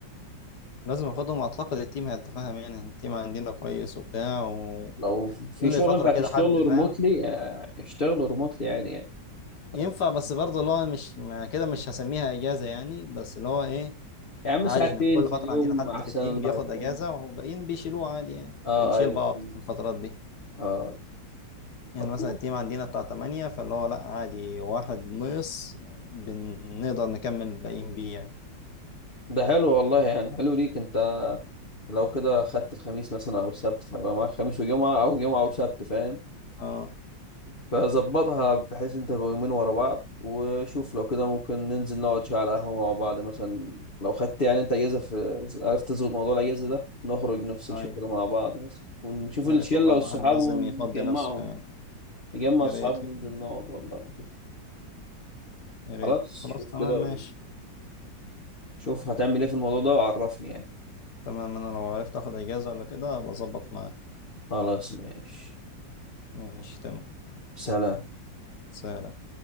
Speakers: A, on the left (about 65°); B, on the left (about 30°).
A: لازم اخدهم اعتقد التيم هيتفاهم يعني التيم عندنا كويس وبتاع وكل
B: لو في شغل
A: فتره
B: ينفع
A: كده
B: تشتغله
A: حد فاهم
B: ريموتلي اشتغله ريموتلي عادي يعني
A: ينفع
B: لو-
A: بس برضه اللي هو مش ما كده مش هسميها اجازه يعني بس اللي هو ايه
B: يا عم
A: عادي
B: ساعتين
A: احنا كل
B: في
A: فتره
B: اليوم
A: عندنا حد
B: احسن
A: في التيم بياخد
B: ما يكون
A: اجازه والباقيين بيشيلوه عادي يعني
B: اه
A: بنشيل
B: ايوه
A: بعض
B: فهمت.
A: في الفترات دي
B: اه
A: يعني
B: طب
A: مثلا التيم عندنا بتاع 8 فاللي هو لا عادي واحد نقص بنقدر نكمل الباقيين بيه يعني
B: ده حلو والله يعني حلو ليك انت لو كده خدت الخميس مثلا او السبت فيبقى معاك خميس وجمعة او جمعة وسبت فاهم
A: اه
B: فظبطها بحيث انت تبقى يومين ورا بعض وشوف لو كده ممكن ننزل نقعد شوية على قهوة مع بعض مثلا لو خدت يعني انت اجازة في عرفت تظبط موضوع الاجازة ده نخرج نفصل
A: هاي
B: شوية كده مع بعض مثلا ونشوف
A: يا
B: الشلة
A: ريت والله الواحد
B: والصحاب
A: لازم
B: ونجمعهم
A: يفضي نفسه يعني
B: نجمع
A: يا
B: الصحاب
A: ريت
B: وننزل
A: يا ريت
B: نقعد والله لو كده.
A: يا ريت
B: خلاص
A: خلاص
B: شوف
A: تمام
B: كده
A: ماشي
B: وشوف هتعمل ايه في الموضوع ده وعرفني يعني
A: تمام انا لو عرفت اخد اجازة ولا كده ابقى اظبط معاك
B: خلاص ماشي
A: ماشي تمام
B: سلام
A: سلام